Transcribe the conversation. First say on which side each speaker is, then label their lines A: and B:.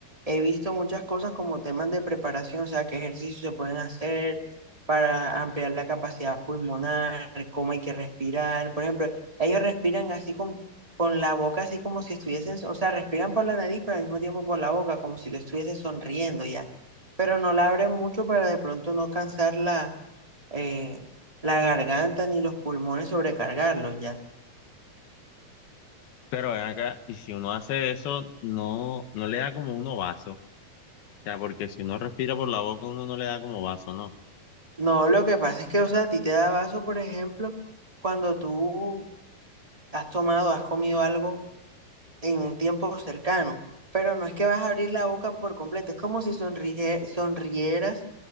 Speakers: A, on the right; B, on the left.
A: he visto muchas cosas como temas de preparación, o sea, qué ejercicios se pueden hacer para ampliar la capacidad pulmonar, cómo hay que respirar. Por ejemplo, ellos respiran así con, con la boca, así como si estuviesen, o sea, respiran por la nariz, pero al mismo tiempo por la boca, como si lo estuviese sonriendo ya. Pero no la abren mucho para de pronto no cansar la eh, la garganta ni los pulmones sobrecargarlos ya.
B: Pero ven acá, y si uno hace eso, no, no le da como uno vaso. Ya, porque si uno respira por la boca, uno no le da como vaso, ¿no?
A: No, lo que pasa es que, o sea, a ti te da vaso, por ejemplo, cuando tú has tomado, has comido algo en un tiempo cercano, pero no es que vas a abrir la boca por completo, es como si sonrije- sonrieras